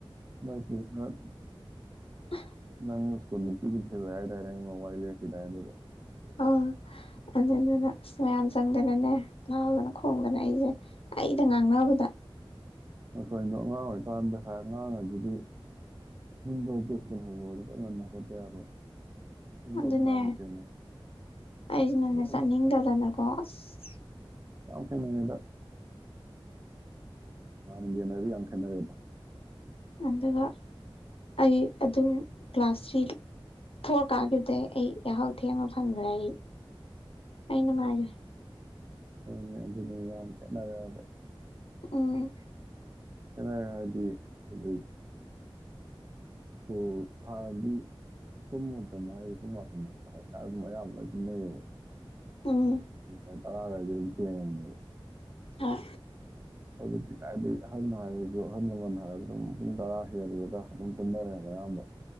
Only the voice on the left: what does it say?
<unintelligible>
ꯑꯣ ꯑꯗꯨꯗꯨꯅ ꯅꯦ ꯃꯩꯌꯝ ꯆꯪꯗꯅꯅꯦ ꯉꯥꯎꯗꯨꯅꯦ ꯈꯣꯡꯅ ꯂꯛ ꯏꯁꯦ ꯑꯩꯗ ꯉꯥꯡꯅꯕꯗ
ꯑꯗꯨꯅꯦ
ꯑꯩꯖꯤꯅꯅꯦ
ꯆꯠꯅꯤꯡꯗꯗꯅꯀꯣ ꯑꯁꯁ
ꯑꯗꯨꯒ ꯑꯩ ꯑꯗꯨ ꯀ꯭ꯂꯥꯁ ꯊ꯭ꯔꯤ ꯐꯣꯔ ꯀꯥꯒꯥꯕꯗꯩ ꯑꯩ ꯌꯥꯍꯧ ꯊꯦꯡꯅ ꯐꯪꯒ꯭ꯔꯦ ꯑꯩ ꯑꯩ ꯅꯨꯡꯉꯥꯏꯒ꯭ꯔꯦ
ꯎꯝ
ꯎꯝ
ꯑ